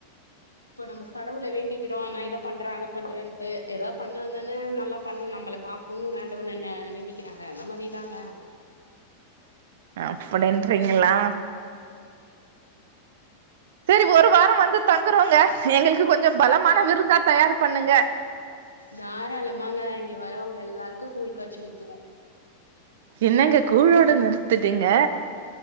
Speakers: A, on the left; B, on the right.
A: இப்ப நம்ம கடவுள வேண்டிக்கிறோ நா இத பண்றேன் அதை பண்றேன்ட்டு எதா பண்ணா தானே நல்லா பண்ணு நம்மள பா பொண்ணு வேண்டவன்ன வேண்டிக்கிறாங்க அந்த மாரி தாங்க
B: அப்படின்றீங்களா சரி ஒரு வாரோ வந்து தங்குறோங்க எங்களுக்கு கொஞ்ச பலமான விருந்தா தயார் பண்ணுங்க
A: தாராளமாங்க இங்க வரவங்க எல்லாருக்கு கூழ் காய்சி ஊத்துவோ
B: என்னங்க கூழோடு நிறுத்துட்டீங்க